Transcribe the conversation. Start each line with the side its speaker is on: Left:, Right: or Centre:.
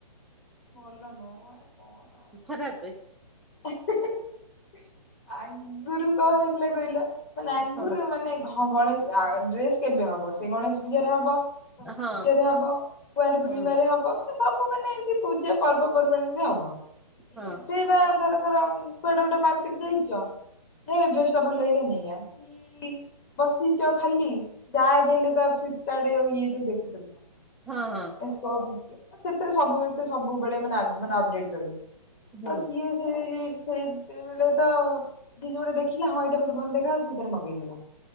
Left: ଭଲ ନୁହଁ ଆ କଣ ଆଉ ଭଲ
Centre: ଖରାପେ
Left: ଆଗରୁ କଣ ହେଇଥିଲା କହିଲ? ମାନେ ଆଗରୁ
Centre: ହଁ
Left: ଏମାନେ ଘ ହଁ, ଗଣେଶ ଆ ଡ୍ରେସ କେବେ ହବ ସେ ଗଣେଶ ପୂଜାରେ ହବ। ସରସ୍ଵତୀ
Centre: ହଁ
Left: ପୂଜାରେ ହବ, କୁଆଁର ପୂର୍ଣ୍ଣିମାରେ
Centre: ହୁଁ
Left: ହବ, ମାନେ ସବୁ ମାନେ ଏମତି ପୂଜା ପର୍ବପର୍ବାଣି ରେ ହବ।
Centre: ହଁ
Left: ଏବେ ବା ମନେ କର କୁଆଡେ ଗୋଟେ ମାର୍କେଟ ଯାଇଚ ହେ ଡ୍ରେସ ଟା ଭଲ ଲାଗିଲା ନେଇ ଆ। କି କି ବସିଛ ଖାଲି ଯାହା ବି ହେଲେ ତ ଫ୍ଲିପକାର୍ଟ ଆଉ ଇଏ ତ ଦେଖୁଥିବ। କଣ
Centre: ହଁ -ହଁ।
Left: ସେଥିରେ ସବୁ ସବୁବେଳେ ତ ସବୁବେଳେ ମାନେ ଆ ମାନେ ଅପଡେଟ ରହିଲି।
Centre: ହୁଁ
Left: ତ ସିଏ କି ସେତେବେଳେ ତ ଯିଏ ଜଉଟା ଦେଖିଲା ହଁ ଏଇଟା ମୋତେ ଭଲ ଦେଖାଯାଉଚି ସେ ତାର ମଗେଇ ଦେଲା।